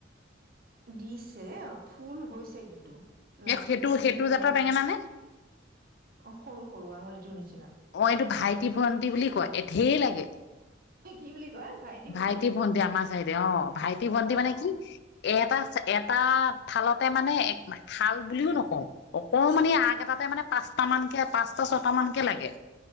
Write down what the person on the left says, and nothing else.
এস সেইটো
- সেইটো
জাতৰ
বেঙেনা নে?
অ এইটো ভাইটি ভণ্টি বুলি কয়। এ ধেৰ লাগে <unintelligible>
ভাইটি
ভণ্টি আমাৰ চাইডে অ'। ভাইটি ভণ্টি
মানে কি, এটা চা - এত এটা থালতে মানে এক <unintelligible> থাল বুলিও নকওঁ। অকমানি আগ এটাতে মানে পাঁচটা মানকে পাঁচটা, ছটা মানকে লাগে।